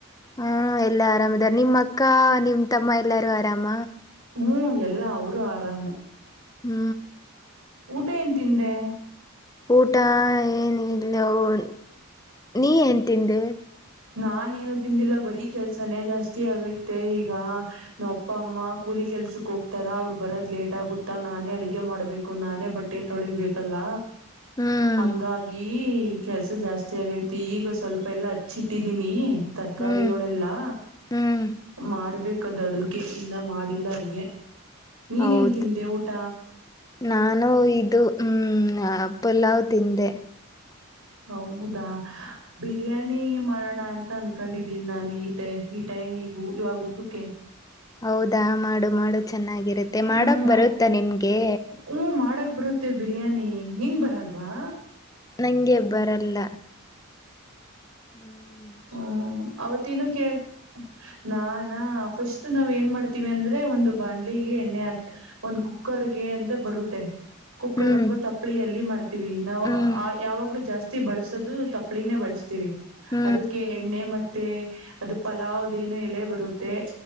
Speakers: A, on the left; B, on the right.
A: ಹೂ -ಎಲ್ಲಾ ಆರಾಮ್ದಾರ ನಿಮ್ಮ್ ಅಕ್ಕ ನಿಮ್ ತಮ್ಮ ಎಲ್ಲಾರು ಆರಾಮ.
B: ಹೂ- ಎಲ್ಲಾ ಅವರು ಆರಾಮು.
A: ಹು
B: ಊಟ ಏನ್ ತಿಂದೆ.
A: ಊಟ ಏನ ಇಲ್ಲ- <unintelligible> ನೀ- ಏನ್ ತಿಂದೆ.
B: ನಾನ್ ಏನು ತಿಂದಿಲ್ಲ ಬರೀ ಕೆಲ್ಸಾನೇ ಜಾಸ್ತಿ ಆಗೈತೆ ಈಗ ನಾ ಅಪ್ಪ ಅಮ್ಮ ಕೂಲಿ ಕೆಲ್ಸ. ಸಕ್ ಹೋಗ್ತಾರ ಅವ್ರ್ ಬರೋದ್ ಲೇಟ್ ಆಗುತ್ತಾ ನಾನೇ ಅಡಗೆ ಮಾಡ್ಬೇಕು ನಾನೇ ಬಟ್ಟೆ ತೊಳಿಬೇಕಲ್ಲ.
A: ಹ್ಮ್
B: ಹಂಗಾಗಿ ಕೆಲ್ಸ ಜಾಸ್ತಿ ಆಗೈತಿ ಈಗ ಸ್ವಲ್ಪ ಎಲ್ಲಾ, ಹಚಿಟ್ಟಿದೀನಿ ತರಕಾರಿಗಳೆಲ್ಲಾ
A: ಹ್ಮ್ ಹ್ಮ್
B: ಮಾಡ್ಬೇಕು. ಪಕ್ಕದ್ ಅಡುಗೆ ಇನ್ನ ಮಾಡಿಲ್ಲ ಅಡುಗೆ ನೀನ್
A: ಹೌದು
B: ಏನ್ ತಿಂದೆ ಊಟ.
A: ನಾನು ಇದು ಹೂಂ ಪುಲಾವ್ ತಿಂದೆ.
B: ಹೌದಾ ಬಿರಿಯಾನಿ ಮಾಡೋಣ ಅಂತ ಅನ್ಕೊಂಡಿದ್ದೀನಿ ನಾನನ್ ಈಟ ಈಟೈ ಈಗ ಇವಾಗ ಊಟಕ್ಕೆ.
A: ಹೌದಾ ಮಾಡು ಮಾಡು ಚೆನ್ನಾಗಿರುತ್ತೆ. ಮಾಡಕ್
B: ಹ್ಮ್
A: ಬರುತ್ತ ನಿನ್ಗೆ,
B: ಹ್ಮ ಮಾಡಕ್ ಬರುತ್ತೆ ಬಿರಿಯಾನಿ ನಿಂಗ ಬರಲ್ವಾ.
A: ನಂಗೆ ಬರಲ್ಲ. ಹೂ <inaudible>
B: ಹೂಂ- ಅವತ್ತನೂ ಕೇಳ್ ನಾನಾ ಫಸ್ಟ್ ನಾವ್ ಏನ್ ಮಾಡ್ತೀವಿ. ಅಂದ್ರೆ ಒಂದು ಬಾಣ್ಲಿಗೆ ಎಣ್ಣೆ ಹಾಕಿ ಒಂದ್ ಕುಕ್ಕರ್, ಅಂತ ಬರುತ್ತೆ ಕುಕ್ಕರ್
A: ಹ್ಮ್
B: ಅಥವಾ ತಪ್ಳ ಅಲ್ಲಿ ಮಾಡ್ತೀವಿ ನಾವು
A: ಹ್ಮ್
B: ಯಾವಾಗಲೂ ಜಾಸ್ತಿ. ಬಳಸೋದು ತಪ್ಲಿನೇ ಬಳಸ್ತೀವಿ.
A: ಹೂ
B: ಅದಕ್ಕೆ ಎಣ್ಣೆ ಮತ್ತೆ ಅದು ಪಲಾವ್ದೇನು ಎಲೆ ಬರುತ್ತೆ